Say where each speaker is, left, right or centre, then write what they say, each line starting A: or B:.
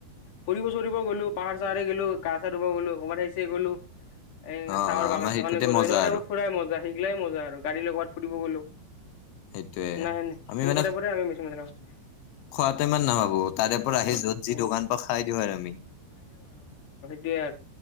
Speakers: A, on the left (about 45°); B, on the left (about 80°).
A: ফুৰিব চুৰি গলো পাহাৰ চাহৰে গলো গা ধুব গলো ক'ৰবাত আহিছে গ'লো এ
B: অ
A: চাহৰ
B: অ
A: বাগ
B: আমাৰ সেইটোতে
A: চাগান গলো
B: মজা
A: সেকুৱাতে
B: আৰু
A: ফুৰাই মজা সেইগিলাই মজা গাড়ী লৈ কৰবাত ফুৰি গলোঁ।
B: সেইটোয়ে
A: নাই সেন
B: আমি
A: সেনেকুৱা
B: মানে
A: তাইপৰ আমি মছি মজা লাগছ
B: খোৱাটো ইমান নাভাবোঁ তাৰে পৰা আহি য'ত যি
A: উম
B: দোকানটো খাই দিওঁ আৰু আমি।
A: কে আৰু।